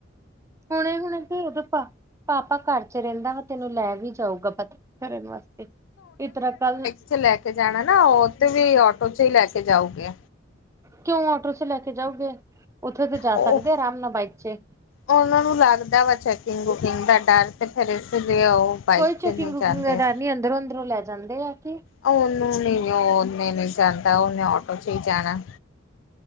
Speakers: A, on the right; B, on the left.
A: ਹੁਨੇ- ਹੁਣੇ ਕੀ ਉਦ ਪਾ, ਪਾਪਾ ਘਰ ਚਰੇਦਾਂ ਵਾ ਤੈਨੂੰ ਲੈ ਵੀ ਜਾਊਗਾ ਪਤਾ ਕਰਨ ਵਾਸਤੇ, ਏ ਤਰਾਂ ਕੱਲ
B: ਜੇ ਲੈ ਕੇ ਜਾਣਾ ਨਾ, ਉੱਥੇ ਵੀ ਓਟੋ 'ਚ ਈ ਲੈ ਕੇ ਜਾਊਗੇ।
A: ਕਿਉਂ ਓਟੋ 'ਚ ਲੈ ਕੇ ਜਾਊਗੇ, ਉੱਥੇ ਤੇ ਜਾ
B: ਉਹ
A: ਸਕਦੇ ਆਰਾਮ ਨਾਲ ਬਾਈਕ 'ਚ।
B: ਉਹਨਾਂ ਨੂੰ ਲੱਗਦਾ ਵਾ, ਚੈਕਿੰਗ ਵੂਕਿੰਗ ਦਾ ਡਰ ਤੇ ਫਿਰ ਇਸ ਲਈ ਓ ਬਾਈਕ
A: ਕੋਈ ਚੈਕਿੰਗ
B: 'ਚ ਨੂੰ
A: ਵੁਕਿੰਗ
B: ਜਾਂਦੇ
A: ਦਾ ਡਰ ਨੀ ਅੰਦਰੋਂ ਅੰਦਰੋਂ ਲੈ ਜਾਂਦੇ ਆ ਕਿ
B: ਉਹਨੂੰ ਨਹੀਂ ਉਹਨੇ ਨਹੀਂ ਜਾਂਦਾ, ਉਹਨੇ ਆਟੋ 'ਚ ਹੀ ਜਾਣਾ